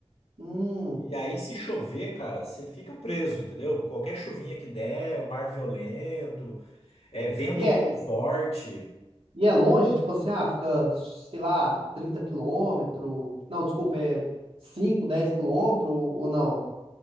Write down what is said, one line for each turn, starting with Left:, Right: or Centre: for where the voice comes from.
Right: Hum.
Left: E aí se chover, cara, você fica preso, entendeu? Qualquer chuvinha que der, o mar violento, é vento
Right: E é,
Left: muito
Right: e
Left: forte.
Right: é longe? Tipo assim, ah, fica, sei lá, 30 quilômetros. Não, desculpa, é 5, 10 quilômetros ou ou não?